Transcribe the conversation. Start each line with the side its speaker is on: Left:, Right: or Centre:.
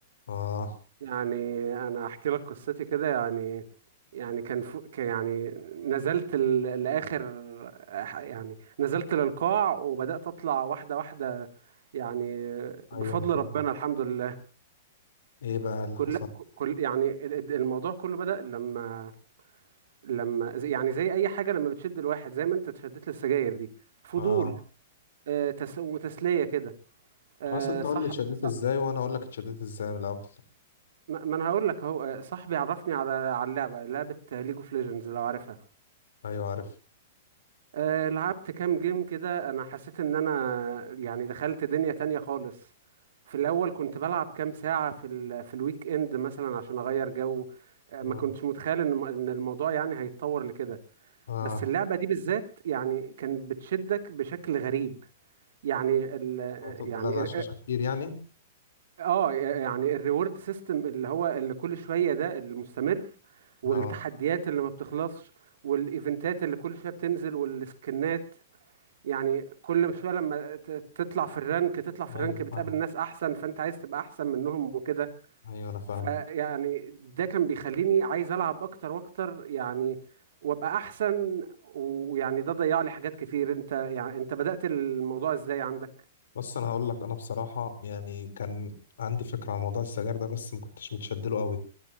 Left: اه
Right: يعني انا احكي لك قصتي كده يعني يعني كان فو... كان يعني نزلت ال... لاخر يعني نزلت للقاع وبدات اطلع واحده واحده يعني
Left: ايوه
Right: بفضل
Left: انا فاهم
Right: ربنا الحمد لله
Left: ايه بقى اللي
Right: كل
Left: حصل
Right: كل يعني ال- ال- الموضوع كله بدأ لما لما زي- يعني زي اي حاجه لما بتشد الواحد زي ما انت اتشدت للسجاير دي فضول
Left: اه
Right: آه، تس... وتسليه كده آه،
Left: خلاص انت قول
Right: صح
Left: لي اتشددت
Right: صح
Left: ازاي وانا اقول لك اتشددت ازاي من الاول
Right: ما ما انا هقول لك اهو آه، صاحبي عرفني على على اللعبه لعبه ليج اوف ليجندز لو عارفها
Left: ايوه عارف
Right: آه، لعبت كام جيم كده انا حسيت ان انا يعني دخلت دنيا تانية خالص في الاول كنت بلعب كام ساعة في ال في الويك اند مثلا عشان اغير جو آه،
Left: اه
Right: ما كنتش متخيل ان ان الموضوع يعني هيتطور لكده
Left: اه
Right: بس اللعبة دي بالذات يعني كانت بتشدك بشكل غريب يعني ال
Left: هتفضل
Right: يعني
Left: على
Right: ال-
Left: الشاشه كتير يعني
Right: اه يعني الريورد سيستم اللي هو اللي كل شوية ده المستمر والتحديات
Left: اه
Right: اللي ما بتخلصش والايفنتات اللي كل شوية بتنزل والسكنات يعني كل شويه لما ت- تطلع في الرانك تطلع في
Left: ايوه
Right: الرانك
Left: انا
Right: بتقابل
Left: فاهمك
Right: ناس احسن فانت عايز تبقى احسن منهم وكده
Left: ايوه انا فاهمك
Right: فيعني ده كان بيخليني عايز العب اكتر واكتر يعني وابقى احسن ويعني ده ضيع لي حاجات كتير انت يعني انت بدأت الموضوع ازاي عندك
Left: بص انا هقول لك انا بصراحه يعني كان عندي فكره عن موضوع السجاير ده بس ما كنتش متشدله قوي